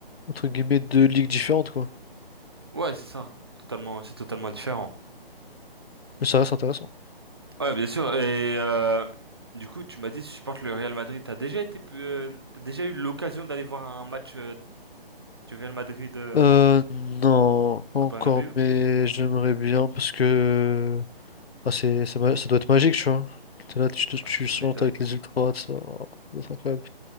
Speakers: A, on the left; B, on the right.
A: entre guillemets deux ligues différentes quoi.
B: Ouais c'est ça. Totalement c'est totalement différent.
A: Mais ça reste intéressant.
B: Ouais, bien sûr. Et euh, du coup, tu m'as dit, si tu supportes le Real Madrid. T'as déjà été, euh, t'as déjà eu l'occasion d'aller voir un match euh, du Real Madrid euh,
A: Euh, non, pas
B: au
A: encore,
B: Bernabéu?
A: mais j'aimerais bien parce que ah, c'est, c'est ma- ça doit être magique, tu vois. T'es là, tu, te- tu
B: Ouais, tu
A: sortes
B: m'étonnes.
A: avec les ultras, tout ça. oh, ça doit être incroyable.